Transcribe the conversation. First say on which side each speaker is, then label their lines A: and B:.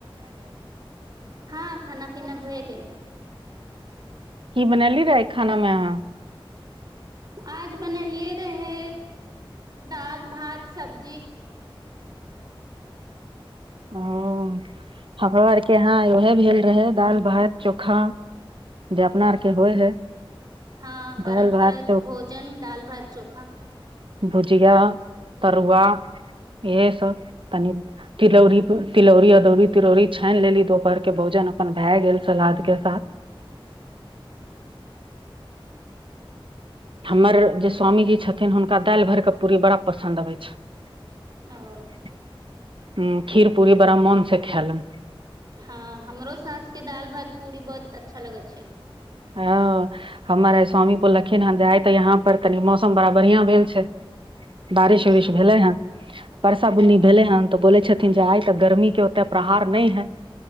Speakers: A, on the right; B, on the right.
A: हाँ खाना पीना भेए गेल
B: की बनैलि रहै खाना मे अहाँ
A: आज बनैलियै रहै दाल भात सब्जी
B: हँ-हमरो आर के यहाँ ओहे भेल रहै दाल भात चोखा जे अपना
A: अ
B: आर के होइ है
A: हँ परहत्रक
B: दालि भात
A: भोजन दाल भात चोखा
B: भूजीया तरूआ इहे सब तनि तिलौरी तिलौरी अदौरी तिलौरी छेन लेली ओकर आर के भोजन भाए गेल सलाद के साथ हमर जे स्वामीजी छथिन हुनका दालि भरिके पूरी बड़ा पसन्द आबै छै
A: ओ
B: हूँ खीर पूरी बड़ा मोन सँ खेलैन
A: हाँ हमरो सास के दाल भात पुरी बहुत अच्छा लगै छै
B: आ हमर आइ स्वामी बोलखिं हन आइ त यहाँ पर तनि मौसम बड़ा बढ़िया भेल छै बारिश
A: अच्छा
B: उड़ीस भेलै हन वर्षा
A: ओ
B: बूंदी भेल हन त बोलै छथि आइ त गर्मी के ओत्ते प्रहार नै है